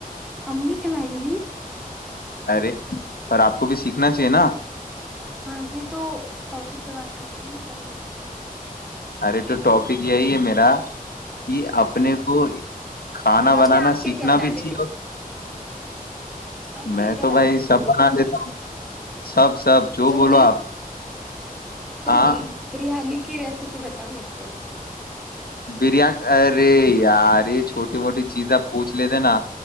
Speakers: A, in the centre; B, on the left.
A: ممی کھلائیں گی
B: ارے پر آپ کو بھی سیکھنا چاہیے نا
A: ہاجی تو ٹاپک تو بات کرتے ہیں نا پہلے
B: ارے تو ٹاپک یہی ہے میرا کہ اپنے کو کھانا
A: ویسے
B: بنانا
A: آپ کیا
B: سیکھنا
A: کیا بنا
B: بھی
A: لیتے
B: چاہیے
A: ہو آپ
B: میں
A: کیا کیا
B: تو
A: بنا
B: بھائی
A: لیتی
B: سب
A: ہو یہ
B: بنا
A: بتاؤ
B: لیتا ہوں سب سب جو
A: پھر
B: بولو
A: بھی
B: آپ
A: پھر
B: ہاں
A: بھی بریانی کی ریسیپی بتاؤ میرے کو
B: بری ارے یار یہ چھوٹی موٹی چیز آپ پوچھ لیتے نا